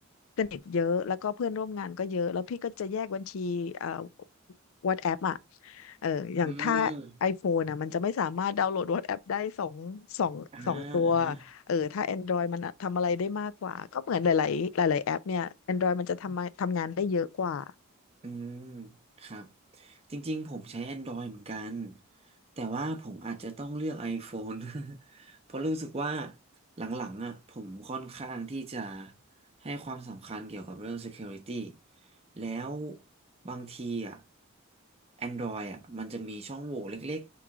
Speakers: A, on the left; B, on the right.
A: สนิทเยอะแล้วก็เพื่อนร่วมงานก็เยอะแล้วพี่ก็จะแยกบัญชีเอ่อ WhatsApp อ่ะเอออย่างถ้า
B: อืม
A: iPhone นะมันจะไม่สามารถดาวน์โหลด WhatsApp ได้สองสองสองตัว
B: อ่า
A: เออถ้า Android มันทำอะไรได้มากกว่าก็เหมือนหลายๆหลายๆแอปเนี่ย Android มันจะทำมาทำงานได้เยอะกว่า
B: อืมครับจริงๆผมใช้ Android เหมือนกันแต่ว่าผมอาจจะต้องเลือก iPhone <laughs> เพราะรู้สึกว่าหลังๆอ่ะผมค่อนข้างที่จะให้ความสำคัญเกี่ยวกับเรื่อง Security แล้วบางทีอ่ะ Android อ่ะมันจะมีช่องโหว่เล็ก